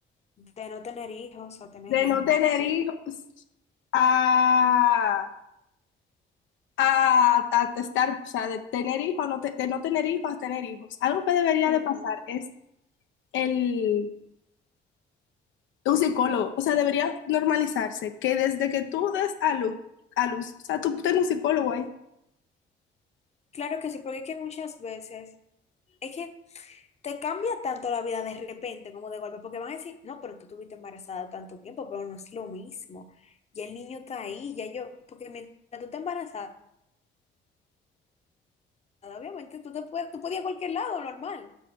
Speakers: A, on the left; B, on the left.
A: de no tener hijos a tener
B: de
A: hijos.
B: no tener hijos a, a, a estar, o sea, de tener hijos, no te- de no tener hijos a tener hijos, algo que debería
A: Ujú.
B: de pasar es el, un psicólogo, o sea, debería normalizarse que desde que tú des a luz, a luz, o sea, tú tengas un psicólogo ahí.
A: Claro que sí, porque es que muchas veces es que te cambia tanto la vida de repente como de golpe, porque van a decir, no, pero tú estuviste embarazada tanto tiempo, pero no es lo mismo. Ya el niño está ahí, ya yo, porque mientras tú estás embarazada, obviamente tú te puedes, tú puedes ir a cualquier lado, normal.